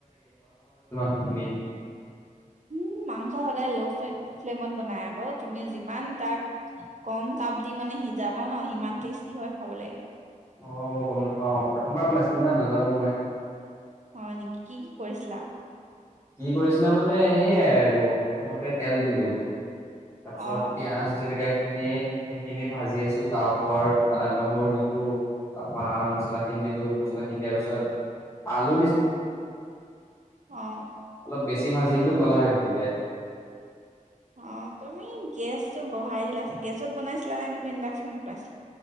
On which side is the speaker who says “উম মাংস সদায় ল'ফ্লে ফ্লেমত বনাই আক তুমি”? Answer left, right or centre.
Right